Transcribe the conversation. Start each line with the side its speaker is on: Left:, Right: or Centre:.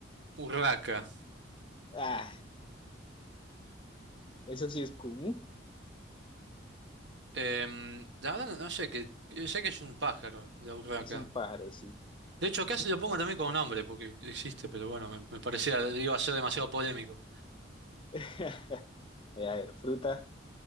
Right: Urraca.
Left: Ah, eso sí es con U.
Right: Em, la verdad, no sé, que, que sé que es un pájaro, la urraca.
Left: Es un pájaro, sí.
Right: De hecho, casi lo pongo
Left: A ver,
Right: también como nombre, porque existe, pero bueno, me, me parecía, iba a ser demasiado polémico.
Left: <laughs> Eh, a ver, fruta,